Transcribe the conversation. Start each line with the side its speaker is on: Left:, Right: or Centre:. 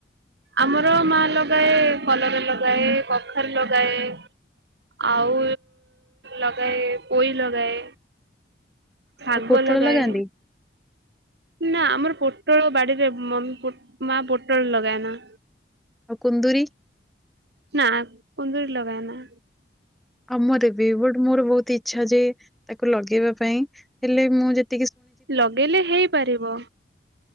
Right: ଆମର ମା ଲଗାଏ କଲରା ଲଗାଏ, କଖାରୁ ଲଗାଏ ଆଉ ଲଗାଏ ପୋଇ ଲଗାଏ। ଶାଗ
Centre: ଆଉ ପୋଟଳ
Right: ଲଗାଏ
Centre: ଲଗାନ୍ତି?
Right: ନା ଆମର ପୋଟଳ ବାଡ଼ିରେ ମ ମାଆ ପୋଟଳ ଲଗାଏ ନା
Centre: ଆଉ କୁନ୍ଦୁରୀ
Right: ନା କୁନ୍ଦୁରି ଲଗାଏ ନାଁ।
Centre: ଆମର ବି ବଟ୍ ମୋର ବହୁତ୍ ଇଛା ଯେ ତାକୁ ଲଗେଇବା ପାଈଁ। ହେଲେ ମୁଁ ଯେ
Right: ଲଗେଇଲେ ହେଇପାରିବ।